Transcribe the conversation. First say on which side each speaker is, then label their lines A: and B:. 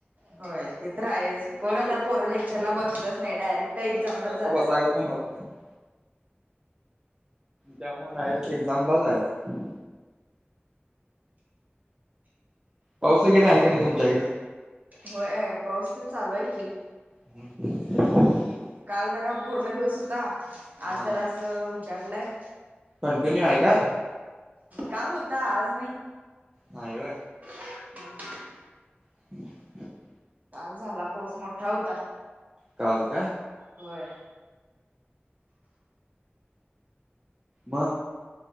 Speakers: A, on the right; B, on the right.
A: होय ते तर आहेस कोण आता
B: लेक्चर
A: पोर लेक्चरला बसतच नाही
B: हा
A: डायरेक्ट एक्झामलाच
B: लेक्चरला
A: जातात
B: बसायचं पण होत नाही त्यामुळे डायरेक्ट एक्झामलाच जायचं पाऊस वगैरे आहे का नाही तुमच्या कडं
A: होय पाऊस तेन चालू आहे की
B: हम्
A: काल जरा पूर्ण दिवस होता
B: हा
A: आज जरा असं उजाडलाय
B: कंटिन्यू आहे का?
A: काल होता आज नाही
B: नाही होय.
A: हम्म.
B: ह.
A: काल झाला पाऊस मोठा होता.
B: काल का?
A: होय
B: ह.